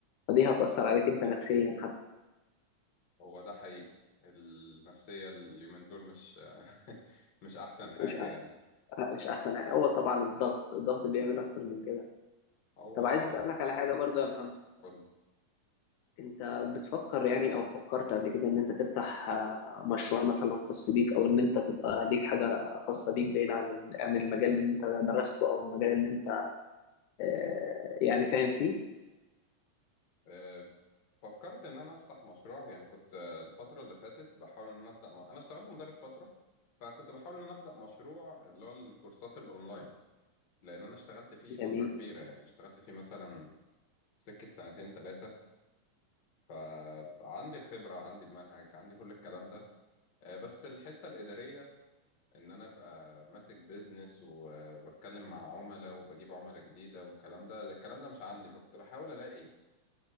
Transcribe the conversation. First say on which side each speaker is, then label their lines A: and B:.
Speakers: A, on the left; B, on the left.
A: فدي هتأثر عليك انت نفسيا حتى
B: هو ده حقيقي النفسية اليومين دول مش <laughs> مش أحسن حاجة
A: مش أ-
B: يعني
A: مش احسن حاجة. هو طبعا الضغط الضغط بيعمل اكتر من كده
B: هو
A: طب عايز
B: آه
A: اسألك على حاجة برضو يا محمد
B: قول
A: انت بتفكر يعني او فكرت قبل كده ان انت تفتح آه، مشروع مثلا خاص بيك او ان انت تبقى ليك حاجة خاصة بيك بعيد عن عن المجال اللي انت درسته او المجال اللي انت آه، يعني فاهم فيه
B: آه، فكرت إن أنا أفتح مشروع يعني كنت آه، الفترة اللي فاتت بحاول إن أنا أبدأ م... أنا اشتغلت مدرس فترة فكنت بحاول إن أنا أبدأ مشروع اللي هو الكورسات الأونلاين لأن أنا اشتغلت فيه فترة
A: جميل
B: كبيرة يعني اشتغلت فيه مثلا سكة سنتين تلاتة فعندي الخبرة عندي المنهج عندي كل الكلام ده آه، بس الحتة الإدارية إن أنا أبقى ماسك بيزنس و- وبتكلم مع عملاء وبجيب عملاء جديدة والكلام ده الكلام ده مش عندي فكنت بحاول ألاقي